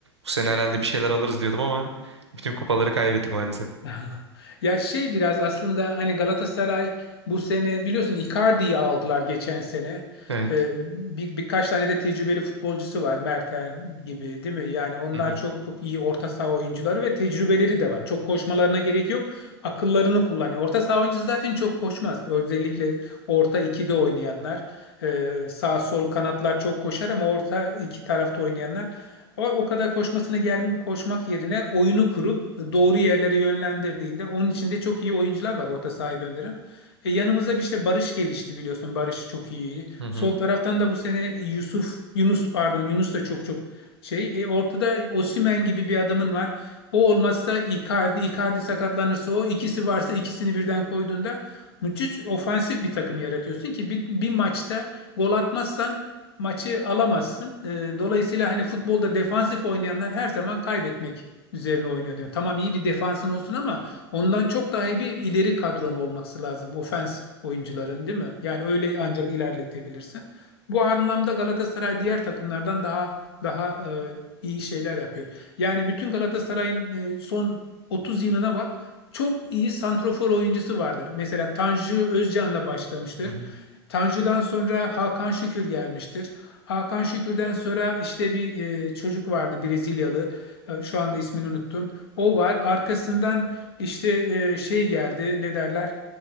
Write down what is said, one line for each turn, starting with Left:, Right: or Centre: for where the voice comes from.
Right: Bu sene herhalde bir şeyler alırız diyordum ama bütün kupaları kaybettik maalesef.
Left: <laughs> Ya şey biraz aslında hani Galatasaray bu sene biliyorsun Icardi'yi aldılar geçen sene.
Right: Evet.
Left: Ee, bir, birkaç tane de tecrübeli futbolcusu var Merten gibi değil mi? Yani onlar
Right: Hı hı.
Left: çok çok iyi orta saha oyuncuları ve tecrübeleri de var. Çok koşmalarına gerek yok. Akıllarını kullanıyor. Orta saha oyuncusu zaten çok koşmaz. Özellikle orta ikide oynayanlar. Ee, sağ sol kanatlar çok koşar ama orta iki tarafta oynayanlar o, o kadar koşmasını ger- koşmak yerine oyunu kurup e, doğru yerlere yönlendirdiğinde onun içinde çok iyi oyuncular var orta sahaya gönderen. E, yanımıza bir işte Barış gelişti biliyorsun. Barış çok iyi.
Right: Hı hı.
Left: Sol taraftan da bu sene Yusuf, Yunus pardon Yunus da çok çok şey. E, ortada Osimhen gibi bir adamın var. O olmazsa Icardi, Icardi sakatlanırsa o ikisi varsa ikisini birden koyduğunda müthiş ofansif bir takım yaratıyorsun ki bir, bir maçta gol atmazsan maçı alamazsın. E, dolayısıyla hani futbolda defansif oynayanlar her zaman kaybetmek üzerine oynuyor diyor. Tamam iyi bir defansın olsun ama ondan çok daha iyi bir ileri kadron olması lazım. Ofens oyuncuların değil mi? Yani öyle ancak ilerletebilirsin. Bu anlamda Galatasaray diğer takımlardan daha daha e, iyi şeyler yapıyor. Yani bütün Galatasaray'ın e, son 30 yılına bak. Çok iyi santrofor oyuncusu vardır. Mesela Tanju Özcan'la başlamıştır.
Right: Hı hı.
Left: Tanju'dan sonra Hakan Şükür gelmiştir. Hakan Şükür'den sonra işte bir e, çocuk vardı Brezilyalı. E, şu anda ismini unuttum. O var. Arkasından işte e, şey geldi. Ne derler?